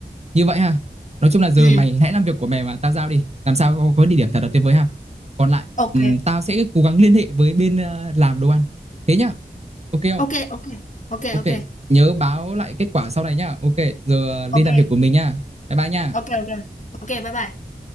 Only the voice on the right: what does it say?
như vậy ha. Nói chung là giờ
mày hãy làm việc của mày mà tao giao đi. Làm sao có, có địa điểm thật là tuyệt vời ha. Còn lại,
ừm, tao sẽ cố gắng liên hệ với bên ờ, làm đồ ăn. Thế nhá. Ok không?
Ok,
nhớ báo lại kết quả sau này nhá. Ok, giờ đi
làm việc của mình nhá. Bye bye nhá.